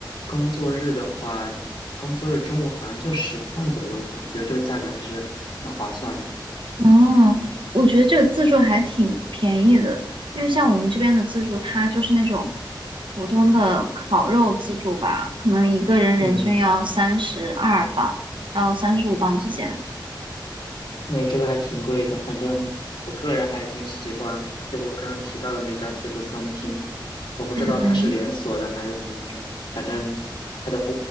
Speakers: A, on the left; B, on the right.
A: 工作日的话，工作日中午好像就十磅左右吧。我觉得这个价格还是很划算的。
B: 哦，我觉得这个自助还挺便宜的，因为像我们这边的自助，它就是那种普通的烤肉自助吧，可能一个人人均要三十二磅到三十五磅之间。
A: 嗯，那这个还挺贵的，反正我个人还挺喜欢，就我刚刚提到的那家自助餐厅，我不知道它是连锁的还是怎么着，
B: 嗯，
A: 反正它的